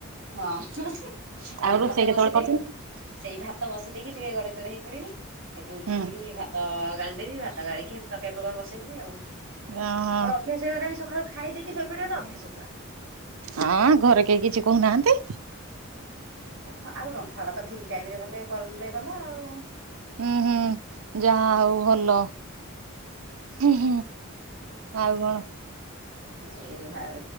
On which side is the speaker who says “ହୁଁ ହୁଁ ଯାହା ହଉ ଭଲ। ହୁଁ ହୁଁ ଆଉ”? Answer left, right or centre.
Right